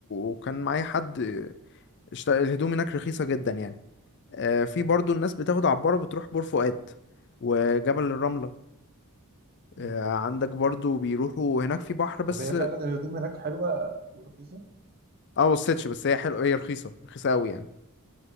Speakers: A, on the left; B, on the right.
A: وكان معايا حد اشت- الهدوم هناك رخيصه جدا يعني آه، في برضو الناس بتاخد عباره بتروح بور فؤاد وجبل الرمله آه،
B: مم.
A: عندك برضو بيروحوا هناك في بحر بس
B: طب هي
A: اه
B: فعلا الهدوم هناك حلوة ورخيصة
A: ما بصيتش بس هي حلوه هي رخيصه رخيصه قوي يعني